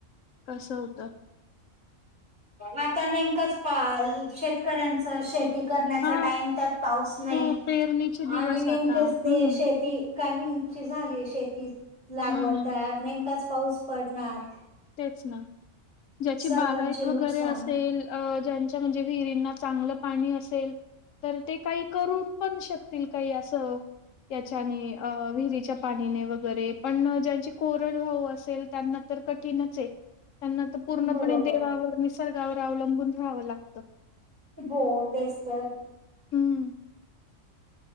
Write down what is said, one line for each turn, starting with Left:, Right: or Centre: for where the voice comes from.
Left: कसं होतं.
Right: आता नेमकं च पाल शेत शेतकऱ्यांच शेत शेती करण्याचा
Left: हा
Right: टाइम त्यात पाऊस नाही
Left: हो पेरणीचे दिवस
Right: आणि
Left: आता
Right: नेमकंच त
Left: हम्म
Right: शेती काहीची झाली शेतीत लागवडत
Left: हम्म
Right: तर नेमकं च पाऊस पडणार.
Left: तेच ना. ज्याची
Right: सर्वांचे
Left: बागायत
Right: नुकसान
Left: वगैरे असेल अ ज्याचा म्हणजे विहिरांना चांगलं पाणी असेलतर ते काही करू पण शकतील काही असं, याच्याने अ विहिरी च्या पाण्याने वैगेरे पण मं ज्यांची कोरडवाहू असेल त्यांना तर कठीणच आहे. त्यांना तर पूर्णपणे
Right: बरोबर
Left: देवावर निसर्गावर अवलंबून राहावं लागतं.
Right: हो तेच तर.
Left: हूं!